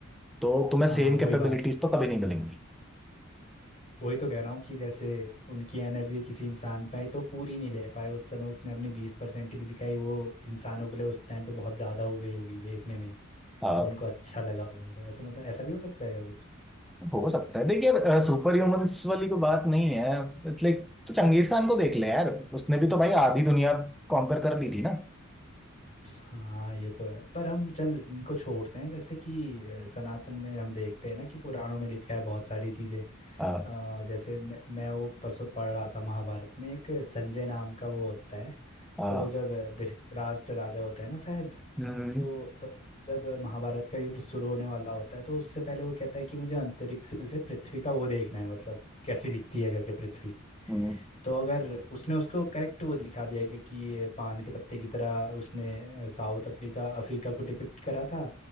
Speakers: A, in the centre; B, on the left.
A: तो तुम्हें
B: हाँ
A: सेम
B: वही
A: कैपेबिलिटीज
B: बात
A: तो कभी नहीं मिलेंगी
B: वही तो कह रहा हूँ कि जैसे उनकी एनर्जी किसी इंसान पे आई तो पूरी नहीं ले पाए उस समय उसने अपनी बीस परसेंट भी दिखाई वो इंसानों के लिए उस टाइम पे बहुत ज़्यादा हो गई होगी देखने में ही
A: हाँ
B: तो उनको अच्छा लगा होगा तो ऐसे मतलब ऐसा भी हो सकता है क्या कुछ
A: हो सकता है देखिए सुपर ह्यूमंस वाली कोई बात नहीं है लाइक तो चंगेज खान को देख ले यार उसने भी तो भाई आधी दुनिया कॉन्कर कर ली थी ना
B: हाँ ये तो है पर हम चल इनको छोड़ते हैं जैसे कि अ, सनातन में हम देखते हैं ना कि पुराणों में लिखा है बहुत सारी चीज़ें
A: आ,
B: अ, जैसे मैं मैं वो परसों पढ़ रहा था महाभारत में एक संजय नाम का वो होता है
A: आ,
B: तो जब धृतराष्ट्र राजा होता है ना शायद
A: हम्म,
B: तो अ, जब महाभारत का युद्ध शुरू होने वाला होता है तो उससे पहले वो कहता है कि मुझे अंतरिक्ष से पृथ्वी का वो देखना है मतलब कैसी दिखती है करके पृथ्वी
A: हम्म।
B: तो अगर उसने उसको करेक्ट वो दिखा दिया कि, कि ये पान के पत्ते की तरह उसने साउथ अफ्रीका अफ्रीका को डिपिक्ट करा था